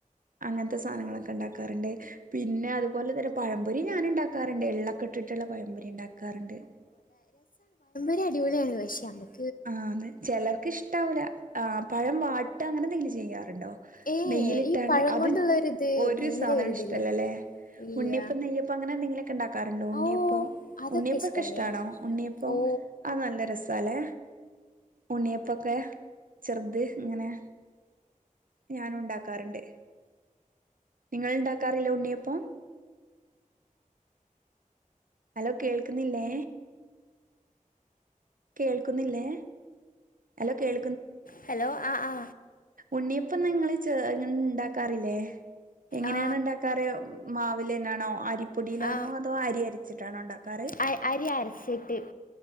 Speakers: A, on the right (about 75°); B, on the left (about 75°).
A: അങ്ങനത്തെ സാധനങ്ങളൊക്കെ ഉണ്ടാക്കാറുണ്ട് പിന്നെ അതുപോലെ തന്നെ പഴംപൊരി ഞാൻ ഉണ്ടാക്കാറുണ്ട് എള്ള ട്ടിട്ടുള്ള പയംപൊരി ഉണ്ടാക്കാറുണ്ട്
B: ടിപൊളിയാണ് പക്ഷേ
A: ആ അതെ ചിലർക്ക് ഇഷ്ടാവൂല ആ പഴം വാട്ട് അങ്ങനെ എന്തെങ്കിലും ചെയ്യാറ് <unintelligible>
B: ഏ
A: നെയ്യിൽ ഇട്ടാണ്ട്
B: ഈ പഴം
A: അതും
B: കൊണ്ടുള്ള ഒരു ഇത്
A: ഒരു
B: തീരെ
A: സാധന
B: ഒരു ഇതില്ല
A: ഇഷ്ടല്ലല്ല
B: ഇല്ല
A: ഉണ്ണിഅപ്പം നെയപ്പം അങ്ങന എന്തേ ണ്ടാക്ക ക്കാറണ്ട് ഉണ്ണിയപ്പം
B: ഓ അതൊക്കെ
A: ഉണ്ണിയപ്പ
B: ഇഷ്ടാണേ
A: ഒക്കെ ഇഷ്ടമാണോ ഉണ്ണിയപ്പ
B: ഓ
A: ആ നല്ല രസല്ലേ ഉണ്ണിയപ്പൊക്കെ ചെറുത് ഇങ്ങനെ ഞൻ ഉണ്ടാക്കാറുണ്ട് നിങ്ങൾ ഉണ്ടാക്കാറില്ല ഉണ്ണിയപ്പം ഹലോ കേൾക്കുന്നില്ലേ കേൾക്കുന്നില്ലേ ഹലോ കേൾ
B: ഹലോ ആ ആ
A: ഉണ്ണിയപ്പൊ നിങ്ങള് ഇണ്ടാക്കാറില്ലേ എങ്ങനെയാണ്
B: ആ
A: ഉണ്ടാക്കാറ് മാ <unintelligible> ണോ പ്പൊടിയിലാണോ
B: ആ,
A: അതോ അരി അരച്ചിട്ടാണോ ഉണ്ടാക്കാറ്
B: അ- അരി അരച്ചിട്ട്